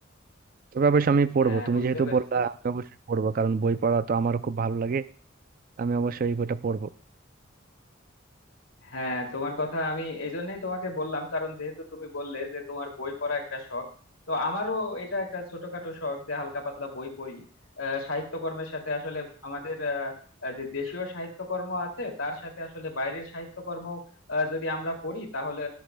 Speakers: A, on the right; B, on the left.
A: তবে অবশ্যই আমি পড়বো
B: হ্যাঁ
A: তুমি
B: বুঝতে
A: যেহেতু
B: পেরেছি
A: বললা আমি অবশ্যই পড়বো কারণ বই পড়া তো আমারও খুব ভালো লাগে আমি অবশ্যই এই বইটা পড়বো
B: হ্যাঁ তোমার কথা আমি এই জন্যই তোমাকে বললাম কারণ যেহেতু তুমি বললে যে তোমার বই পড়া একটা শখ তো আমারও এটা একটা ছোটখাটো শখ যে হালকা পাতলা বই পড়ি আহ, সাহিত্যকর্মের সাথে আসলে আমাদের আহ, আহ, যে দেশীয় সাহিত্যকর্ম আছে তার সাথে আসলে বাইরের সাহিত্যকর্ম আহ, যদি আমরা পড়ি তাহলে